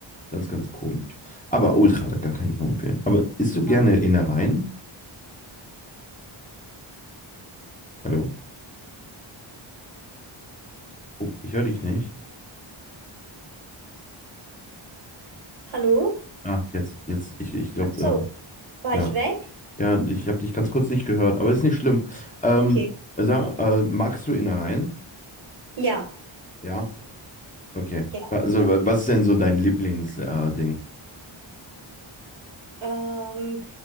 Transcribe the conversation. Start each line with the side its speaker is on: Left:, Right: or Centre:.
Left: ganz, ganz komisch. Aber ultra lecker, kann ich nur empfehlen. Aber isst du gerne
Right: ja.
Left: Innereien? Hallo? Oh, ich höre dich nicht.
Right: Hallo?
Left: Ah, jetzt, jetzt, ich, ich glaube,
Right: Ach so, war
Left: äh, ja.
Right: ich weg?
Left: Ja, ich habe dich ganz kurz nicht gehört, aber ist nicht schlimm. Ähm,
Right: Okay.
Left: sag, äh, magst du Innereien?
Right: Ja,
Left: Ja. Okay.
Right: ja.
Left: Also, wa- was ist denn so dein Lieblingsding? Äh, Ding?
Right: Ähm,